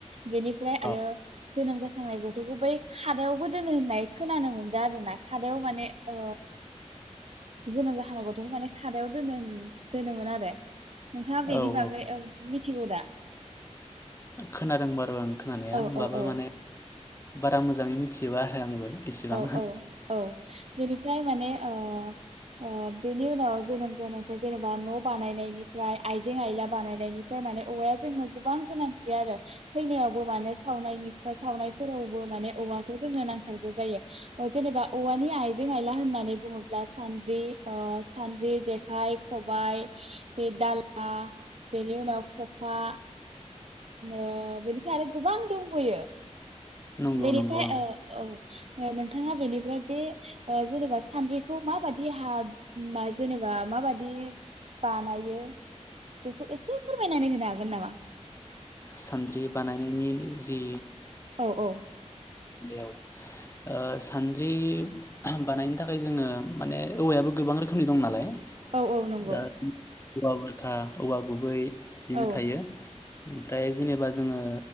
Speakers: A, on the right; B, on the left.
A: बेनिफ्राय
B: औ
A: आरो जोनोम जाखांनाय गथखौ बै खादायावबो दोनो होननाय खोनानो मोनदो आरोना, खादायाव माने ओ जोनोम जाखांनाय गथखौ माने खादायाव दोनो दोनोमोन आरो। <unintelligible> बेनि
B: औ
A: बागै
B: औ
A: मिथिगौ दा।
B: खोनादों <unintelligible> खोनानाया
A: औ
B: होमबाबो
A: औ औ
B: माने बारा मोजाङै मिथिजोबा आरो आंबो। इसेबां
A: औ औ औ बेनिफ्राय माने ओ ओ बेनि उनाव जोनोम जानायफाय जेनेबा न बानायनायनिफ्राय आइजें आयला बानायनायनिफ्राय माने औवाया जोंनो गोबां गोनांथि आरो थैनायावबो माने सावनायनिफ्राय सावनायफोरावबो माने औवाखौ जोंनो नांथारगौ। जायो ओ जेनेबा औवानि आइजें आइला होननानै बुङोब्ला सानद्रि ओ सानद्रि जेखाइ खबाय बे दाला बेनि उनाव खखा ओ बेनिफ्राय आरो गोबां दंबयो।
B: नंगौ
A: बेनिफ्राय
B: नंगौ आं
A: ओ औ नोंथाङा बेनिफ्राय बे ओ जेनेबा सान्द्रिखौ माबादि हा जेनेबा माबादि बानायो बेखौ एसे फोरमायनानै होनो हागोन नामा।
B: सान्द्रि बानायनायनि जि
A: औ औ।
B: बेयाव ओ सान्द्रि बानायनो थाखाय जोङो माने औवायाबो गोबां रोखोमनि दं नालाय।
A: औ औ नंगौ।
B: दा औवा बुरखा औवा गुबै बिदिनो
A: औ
B: थायो। ओमफ्राय जेनेबा जोङो